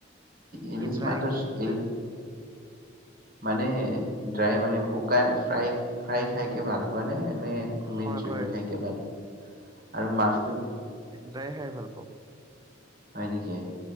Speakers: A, on the right (about 50°); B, on the right (about 20°).
A: ইলিছ
B: কি ড্ৰাই
A: মাছটোত
B: কি
A: মানে? ড্ৰাই মানে শুকা ফ্ৰাই! ফ্ৰাই খাইকে ভাল পোৱা নে নে তুমি
B: হয়
A: জোল
B: হয়
A: খাইকে ভাল? আৰু মাছটো?
B: ফ্ৰাই খাই ভাল পাওঁ!
A: হয় নেকি?